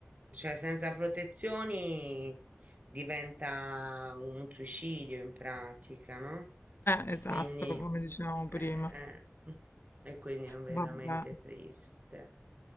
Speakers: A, on the right; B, on the left.
A: Cioè, senza protezioni diventa un suicidio in pratica, no?
B: esatto,
A: Quindi,
B: come dicevamo prima,
A: eh, eh, e quindi è veramente
B: vabbè.
A: triste.